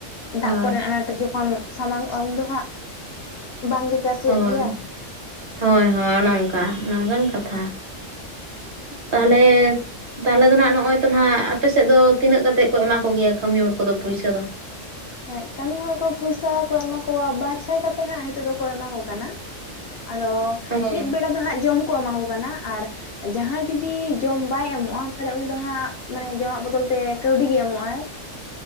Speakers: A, on the left; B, on the right.
A: ᱫᱟᱜ
B: ᱦᱳᱭ
A: ᱠᱚᱨᱮᱱᱟᱜ ᱟᱱᱟᱴ ᱡᱚᱠᱷᱚᱱ ᱥᱟᱢᱟᱝ ᱩᱱᱫᱚ ᱦᱟᱸᱜ ᱵᱟᱝᱜᱮ ᱪᱟᱥ ᱦᱩᱭᱩᱜ
B: ᱦᱳᱭ
A: ᱜᱮᱭᱟ᱾
B: ᱦᱳᱭ ᱦᱳᱭ ᱚᱱᱮ ᱚᱱᱠᱟ ᱚᱱᱮ ᱚᱱᱠᱟᱱ ᱠᱟᱛᱷᱟ, ᱛᱟᱦᱞᱮ
A: ᱚ
B: ᱛᱟᱦᱚᱞᱮ ᱫᱚ ᱦᱱᱟᱜ ᱱᱚᱜᱼᱚᱭ ᱛᱚ ᱱᱟᱜ ᱟᱯᱮ ᱥᱮᱫ ᱫᱚ ᱛᱤᱱᱟᱹᱜ ᱠᱟᱛᱮᱜ ᱠᱚ ᱮᱢᱟ ᱠᱚᱜᱮᱭᱟ ᱠᱟᱹᱢᱤ ᱦᱚᱲ ᱠᱚᱫᱚ ᱯᱩᱭᱥᱟᱹ ᱫᱚ?
A: ᱦᱮᱸ ᱠᱟᱹᱢᱤ ᱦᱚᱲ ᱠᱚ ᱯᱚᱭᱥᱟ ᱠᱚ ᱮᱢᱟ ᱠᱚᱣᱟ ᱵᱟᱨ ᱥᱟᱭ ᱠᱟᱛᱮᱜ ᱦᱟᱸᱜ ᱱᱤᱛᱚᱜ ᱫᱚᱠᱚ ᱮᱢᱟ ᱠᱚ ᱠᱟᱱᱟ᱾ ᱟᱫᱚ
B: ᱦᱮᱸ
A: ᱢᱤᱫ ᱵᱮᱲᱟ ᱫᱚ ᱦᱟᱸᱜ ᱡᱚᱢ ᱠᱚ ᱮᱢᱟ ᱠᱚ ᱠᱟᱱᱟ ᱟᱨ ᱡᱟᱦᱟᱸᱭ ᱡᱩᱫᱤ ᱡᱚᱢ ᱵᱟᱭ ᱮᱢ ᱞᱟᱜᱼᱟ ᱛᱟᱦᱚᱞᱮ ᱩᱱᱤ ᱫᱚ ᱦᱟᱸᱜ ᱢᱟᱱᱮ ᱡᱚᱢᱟᱜ ᱵᱚᱫᱚᱞ ᱛᱮ ᱠᱟᱹᱣᱰᱤ ᱜᱮᱭ ᱮᱢᱚᱜᱼ ᱟᱭ᱾